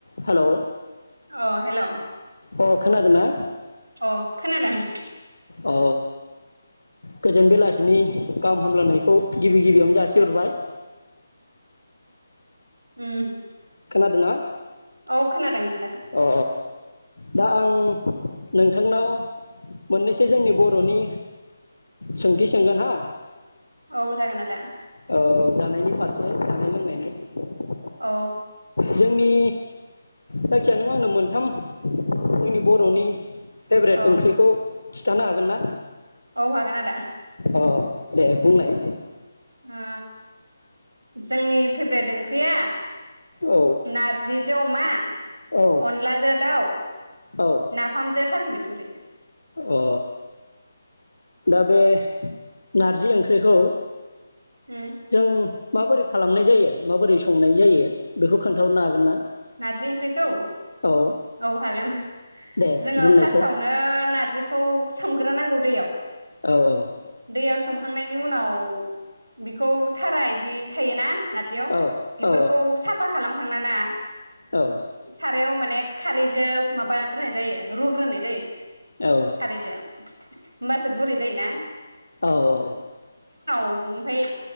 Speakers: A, on the left; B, on the right.
A: Hello
B: अ hello.
A: अ खोनादोंना?
B: अ खोनादों।
A: अ गोजोन बेलासिनि गाहाम हामलायनायखौ गिबि गिबियावनो जासिहरबाय
B: उम।
A: खोनादोंना।
B: औ खोनादों आदा।
A: अ दा आं नोंथांनाव मोननैसो जोंनि बर'नि सोंथि सोंगोन हा।
B: औ जागोन आदा।
A: औ जानायनि फारसे जानाय लोंनायखौ।
B: औ।
A: जोंनि जायखिया नों आंनो मोनथाम जोंनि बर'नि। फेभ्रेट
B: औ
A: ओंख्रिखौ। थानो हागोन ना।
B: औ हागोन आदा।
A: अ दे बुंनाय।
B: ओ जोंनि फेभ्रेट ओंख्रिया।
A: औ
B: नारजि। जो अमा।
A: औ
B: अनलाजों दाउ
A: औ
B: नाफामजों थास' बिथ। थुरै।
A: अ। दा बे नारजि ओंख्रिखौ।
B: उम
A: जों। माबोरै खालामनाय जायो माबोरै संनाय जायो बेखौ खोन्थाहरनो हागोन ना।
B: नारजि ओंख्रिखौ
A: औ
B: औ हागोन
A: दे
B: जोङो
A: बुंनायसाय
B: फार्स्टआवनो नारजिखौ सोमग्रोनांगौ दैयाव।
A: औ औ
B: दैयाव सोखांनायनि उनाव बिखौ थारा बिदि थायोना नारजियाव
A: औ
B: बेफोरखौ
A: औ
B: साफा खालामखांना ना?
A: औ
B: सारायाव माने खारैजों माबाग्रोनाय जायो रुग्रोनाय जायो।
A: औ
B: खारैजो। होमबासो गुरै जायो ना?
A: औ औ।
B: ओमफाय